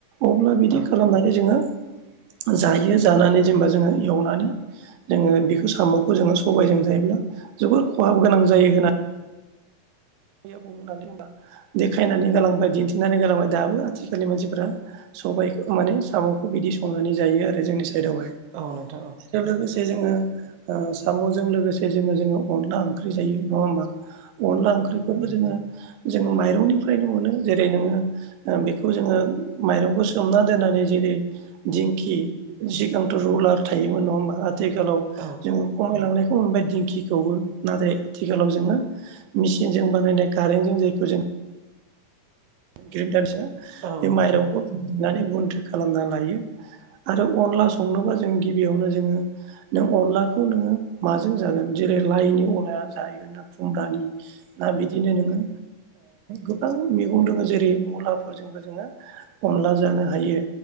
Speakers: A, on the right; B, on the right.
A: अब्ला बिदि
B: औ
A: खालामनानै जोङो जायो जानानै जेनेबा जोङो एवनानै जोङो बेखौ साम'खौ जोङो सबायजों जायोब्ला जोबोर खहाबो गोनां जायो होननानै आबै आबौ होननानै होनबा देखायनानै गालांबाय दिन्थिनानै गालांबाय दाबो आथिखालनि मानसिफोरा सबायखौ माने साम'खौ बिदि संनानै जायो आरो जोंनि साइदावहाय
B: औ नोंथां
A: आरो लोगोसे जसे जोङो ओ साम'जों लोगोसे जोङो जोङो अनला ओंख्रि जायो नङा होमबा? अनला आंख्रि जों माइरंनिफ्रायनो मोनो जेरै नोङो बेखौ जोङो माइरंखौ सोमना दोननानै जेरै दिंखि सिगांथ' रुलार थायोमोन नङा होमबा आथिखालाव
B: औ नोंथां औ
A: जोङो खमायलांनाय मोनबाय दिंखिखौबो नाथाय आथिखालाव जोङो मिसिनजों बानायनाय कारेन्ट जों जायखौ जों ग्रिडारजो
B: औ नोंथां औ
A: बे
B: नोंथां
A: माइरंखौ हुनानै गन्थ्रि खालामना लायो। आरो अनला संनोबा जों गिबियावनो जोङो नों अनलाखौ नोङो माजों जागोन जेरै लाइनि अमायानो जाहैगोन दा खुमब्रानि ना बिदिनो नोङो गोबां मैगं दोङो जेरै मुलाफोरजोंबो जोङो अनला जानो हायो